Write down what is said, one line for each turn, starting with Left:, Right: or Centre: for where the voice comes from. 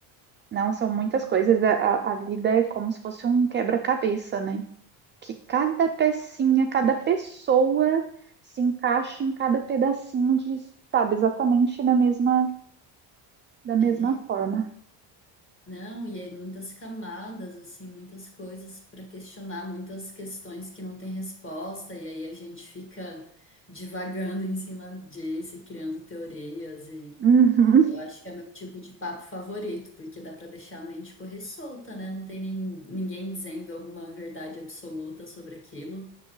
Right: não, são muitas coisas. A, a vida é como se fosse um quebra-cabeça, né? Que cada pecinha, cada pessoa se encaixa em cada pedacinho de, sabe, exatamente da mesma, da mesma
Left: É.
Right: forma.
Left: Não, e aí muitas camadas, assim, muitas coisas para questionar, muitas questões que não têm resposta, e aí a gente fica divagando em cima disso e criando teorias, e
Right: Uhum.
Left: eu acho que é o meu tipo de papo favorito, porque dá para deixar a mente correr solta, né? Não tem nem, ninguém dizendo alguma verdade absoluta sobre aquilo.